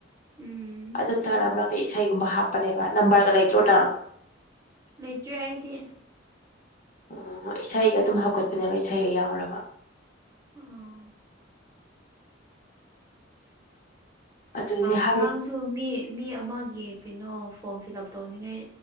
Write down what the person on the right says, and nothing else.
ꯎꯝ
ꯂꯩꯇ꯭ꯔꯦ ꯑꯩꯗꯤ
ꯎꯝ
ꯉꯔꯥꯡꯁꯨ ꯃꯤ ꯃꯤ ꯑꯃꯒꯤ ꯀꯩꯅꯣ ꯐꯣꯔꯝ ꯐꯤꯜ ꯑꯞ ꯇꯧꯅꯤꯡꯉꯥꯏ